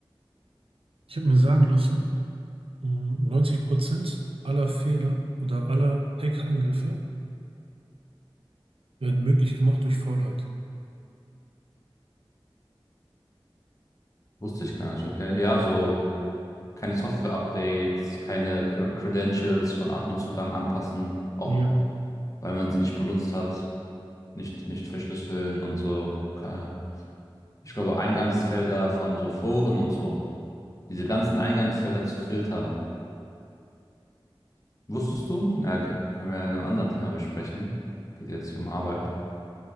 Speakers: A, on the right (about 85°); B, on the left (about 35°).
A: Ich habe mir sagen lassen, mh, 90% aller Fehler oder aller Hackerangriffe werden möglich gemacht durch Faulheit.
B: Wusste ich gar nicht, okay? Ja, so. keine Software-Updates, keine Cre- Credentials von Admin-Zugang anpassen, auch
A: Ja,
B: weil man sie nicht benutzt hat, nicht, nicht verschlüsseln und so. Ke- Ich glaube, Eingangsfelder von so Foren und so, diese ganzen Eingangsfelder zu filtern. Wusstest du? Ja, k- können wir ja in einem anderen Thema besprechen. Geht jetzt hier um Arbeit.